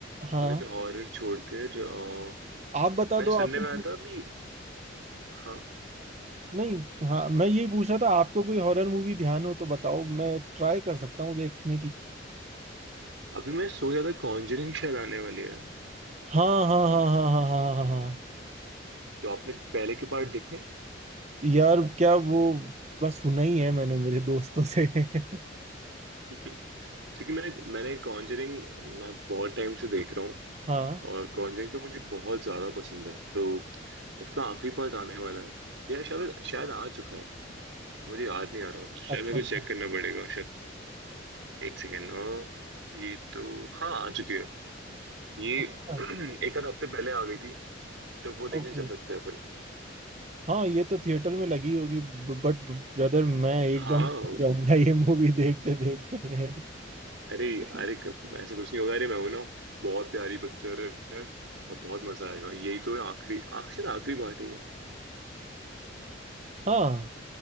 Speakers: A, on the right; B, on the right.
A: हाँ
B: अगर हॉरर छोड़कर अ,
A: आप बता
B: मैं
A: दो
B: सुनने
A: आपको
B: में
A: कोई
B: आया था अभी हाँ
A: नहीं हाँ मैं यही पूछ रहा था आपको कोई हॉरर मूवी ध्यान हो तो बताओ मैं ट्राई कर सकता हूँ देखने की
B: अभी मैं सोच रहा था कॉन्जरिंग शायद आने वाली है
A: हाँ हाँ हाँ हाँ हाँ हाँ हाँ हाँ
B: तो आपने पहले के पार्ट देखे
A: यार क्या वो बस सुना ही है मैंने मेरे दोस्तों से <laughs>
B: <laughs> क्योंकि मैंने मैंने कॉन्जरिंग मैं बहुत टाइम से देख रहा हूँ
A: हाँ
B: और कॉन्जरिंग तो मुझे बहुत ज्यादा पसंद है तो उसका आखिरी पार्ट आने वाला है या शायद शायद आ चुका है मुझे याद नहीं आ रहा तो शायद
A: अच्छा
B: मेरे
A: अच्छा
B: को चेक करना पड़ेगा शायद एक सेकेंड ये तो हाँ आ चुकी है ये
A: अच्छा
B: <clears throat> एक आध हफ्ते पहले आ गई थी तो वो देखने
A: ओके
B: चल सकते हैं अपन
A: हाँ ये तो थिएटर में लगी होगी बट ब्रदर मैं एकदम
B: हाँ
A: थक
B: <laughs>
A: जाऊंगा ये मूवी देखते देखते
B: अरे अरे
A: <laughs>
B: कब- ऐसा कुछ नहीं होगा अरे मैं हूं ना बहुत प्यारी पिक्चर है और बहुत मजा आएगा यही तो है आखिरी आखिर आखिरी पार्ट है ये
A: हाँ